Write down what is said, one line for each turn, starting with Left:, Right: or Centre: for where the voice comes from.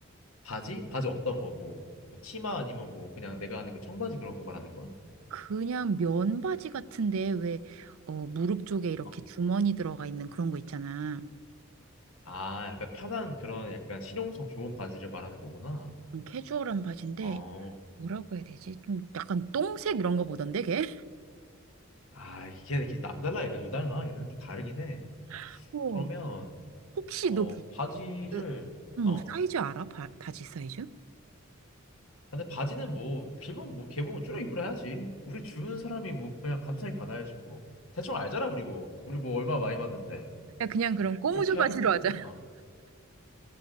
Left: 바지? 바지 어떤 거? 뭐, 뭐 치마 아니면 뭐 그냥 내가 아는 그 청바지 그런 거 말하는 거야?
Right: 그냥 면 바지 같은데 왜 어, 무릎 쪽에 이렇게
Left: 어.
Right: 주머니 들어가 있는 그런 거 있잖아.
Left: 아, 약간 편한 그런 약간 실용성 좋은 바지를 말하는 거구나.
Right: 음, 캐주얼한 바지인데
Left: 어.
Right: 뭐라고 해야 되지? 좀 약간 똥색 이런 거 보던데 걔?
Left: 아, 이게 이렇게 남달라 얘가 유달라 얘는 좀 다르긴 해.
Right: <laughs> 어.
Left: 그러면
Right: 혹시
Left: 어,
Right: 너 그,
Left: 바지를
Right: 그, 뭐
Left: 어.
Right: 사이즈 알아? 바, 바지 사이즈?
Left: 근데 바지는 뭐 길면 뭐 개봉 줄여 입으라야지. 우리 주는 사람이 뭐 그냥 감사히 받아야지 뭐. 대충 알잖아 우리 뭐. 우리 뭐 얼마 많이 받는데.
Right: 야 그냥 그럼 꼬무조
Left: 그렇게
Right: 바지로
Left: 하는 걸로.
Right: 하자.
Left: 아,